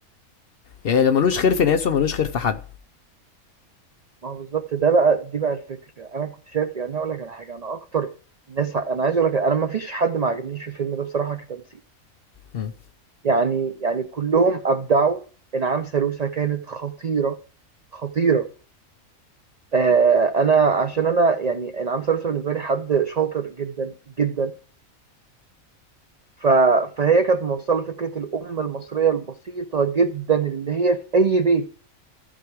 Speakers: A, on the left (about 55°); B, on the right (about 70°).
A: يعني ده ملوش خير في ناس وملوش خير في حد
B: ما هو بالظبط ده بقى دي بقى الفكرة انا كنت شايف يعني اقول لك على حاجة انا اكتر ناس انا عايز اقول لك انا ما فيش حد ما عجبنيش في الفيلم ده بصراحة كتمثيل
A: مم.
B: يعني يعني كلهم ابدعوا انعام سالوسة كانت خطيرة خطيرة آه، انا عشان انا يعني انعام سالوسة بالنسبه لي حد شاطر جدا جدا ف... فهي كانت موصله فكره الام المصريه البسيطه جدا اللي هي في اي بيت